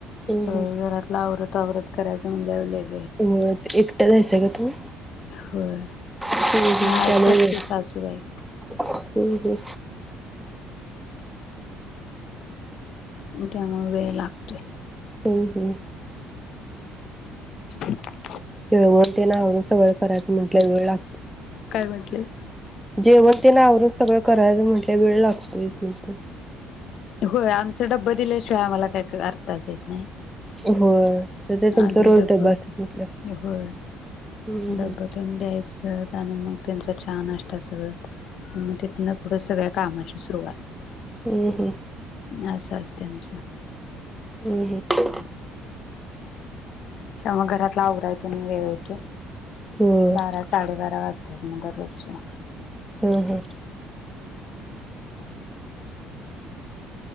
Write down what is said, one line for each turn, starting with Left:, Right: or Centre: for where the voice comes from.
Left: सगळं
Centre: हम्म
Left: घरातलं आवरत कवर्रत करायचं म्हनल्यावर लई हु
Centre: व्हय एकट्यास हायसा काय तूमी?
Left: होय.
Centre: हम्म हम्म
Left: नाही
Centre: चालेल.
Left: असतात की सासूबाई
Centre: हम्म हम्म.
Left: त्यामुळं वेळ लागतोय.
Centre: हम हम.
Left: <unintelligible>
Centre: केळवन तेन आवरून सगळं करायचं म्हटलं वेळ ला
Left: काय म्हटले
Centre: जेवण ते नावरून सगळं करायच म्हंटल्या वेळ लागतोयच त
Left: होय आमचा डब्ब दिल्याशिवाय आम्हाला काही का अर्थच येत नाही.
Centre: होय ते तुमचा
Left: आधी
Centre: रोज
Left: डब्ब.
Centre: डबा असतात म्हटल्यावर
Left: होय
Centre: हम्म
Left: डब्बतेन द्यायचंत आणि मग त्यांचा च्या नाष्टा सगळं म तिथनं पुढं सगळ्या कामाची सुरुवात
Centre: हम् हम.
Left: असं असतंय आमचं.
Centre: हं हम्म.
Left: त्यामुळं घरातलं आवराय तेन वेळ हुतोय.
Centre: होय
Left: बारा, साडे-बारा वाजता. त्यानंतर रोजचं.
Centre: हम्म हम.